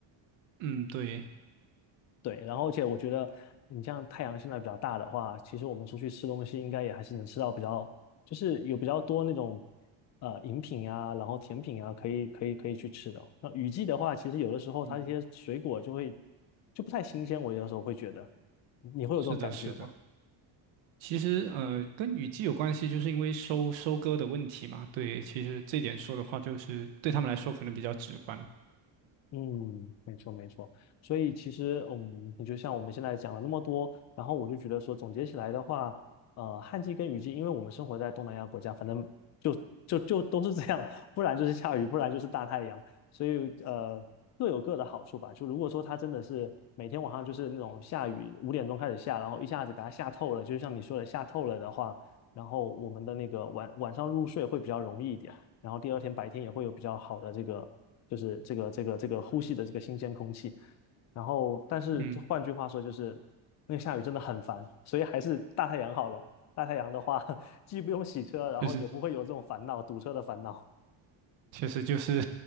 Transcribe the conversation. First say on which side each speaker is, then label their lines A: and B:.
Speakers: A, on the right; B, on the left.
A: 嗯，对，
B: 对，然后而且我觉得你像太阳现在比较大的话，其实我们出去吃东西应该也还是能吃到比较，就是有比较多那种呃饮品啊，然后甜品啊，可以可以可以去吃的。那雨季的话，其实有的时候它一些水果就会
A: 嗯，
B: 就不太新鲜，我有的时候会觉得，你会有这种感觉吗？
A: 是的，是的。其实呃，跟雨季有关系，就是因为收收割的问题嘛。对，其实这点说的话，就是对他们来说可能比较直观。
B: 嗯，没错没错，所以其实，嗯，你就像我们现在讲了那么多，然后我就觉得说，总结起来的话，呃，旱季跟雨季，因为我们生活在东南亚国家，反正就就就都是这样，<laughs> 不然就是下雨，不然就是大太阳，所以呃，各有各的好处吧。就如果说它真的是每天晚上就是那种下雨，五点钟开始下，然后一下子给它下透了，就像你说的下透了的话，然后我们的那个晚晚上入睡会比较容易一点。然后第二天白天也会有比较好的这个，就是这个这个这个呼吸的这个新鲜空气。然后，但是换句话说，
A: 嗯，
B: 就是那个下雨真的很烦，所以还是大太阳好了。大太阳的话，<laughs> 既不用洗车，然后也不会有这种烦恼，
A: 就是。
B: 堵车的烦恼。
A: 确实就是，